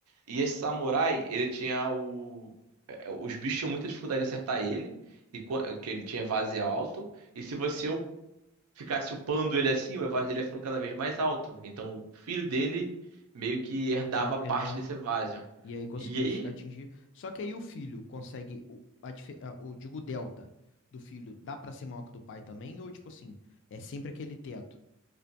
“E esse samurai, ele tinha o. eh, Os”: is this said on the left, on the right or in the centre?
Right